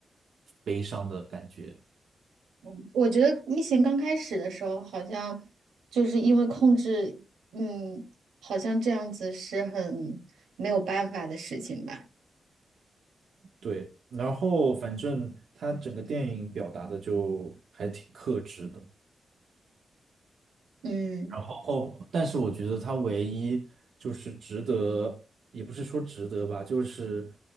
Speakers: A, on the right (about 75°); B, on the right (about 85°).
A: 悲伤的感觉。
B: 嗯我觉得疫情刚开始的时候，好像就是因为控制，嗯，好像这样子是很没有办法的事情吧，
A: 对，然后反正他整个电影表达的就还挺克制的。
B: 嗯，
A: 然后后，但是我觉得他唯一就是值得，也不是说值得吧，就是